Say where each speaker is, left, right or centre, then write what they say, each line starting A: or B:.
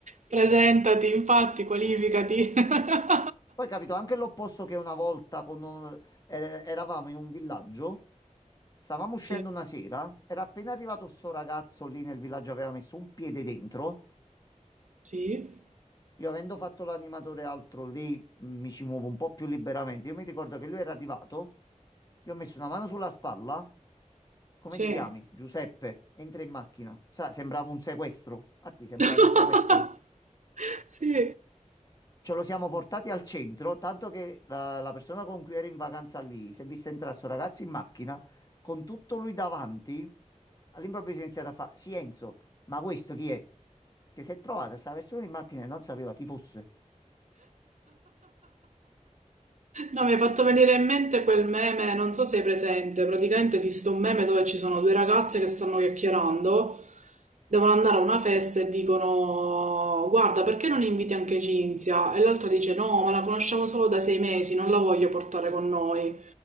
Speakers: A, on the right; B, on the left.
A: Presentati, infatti, qualificati. <laughs>
B: Poi capito anche l'opposto che una volta con un- eh, eravamo in un villaggio, stavamo uscendo
A: Sì,
B: una sera, era appena arrivato sto ragazzo lì nel villaggio, aveva messo un piede dentro.
A: sì,
B: Io avendo fatto l'animatore e altro lì, mm, mi ci muovo un po' più liberamente. Io mi ricordo che lui era arrivato, gli ho messo una mano sulla spalla. Come
A: sì.
B: ti chiami? Giuseppe, entra in macchina. Sa, sembrava un sequestro. Arti, sembrava
A: <laughs>
B: un sequestro.
A: Sì.
B: Ce lo siamo portati al centro, tanto che la, la persona con cui ero in vacanza lì si è vista entrare sto ragazzo in macchina con tutto lui davanti. All'improvviso è iniziato a fare: Sì, Enzo, ma questo chi è? Che si è trovata sta persona in macchina e non sapeva chi fosse.
A: No, mi hai fatto venire in mente quel meme, non so se hai presente, praticamente esiste un meme dove ci sono due ragazze che stanno chiacchierando, devono andare a una festa e dicono guarda, perché non inviti anche Cinzia? E l'altra dice no, ma la conosciamo solo da sei mesi, non la voglio portare con noi.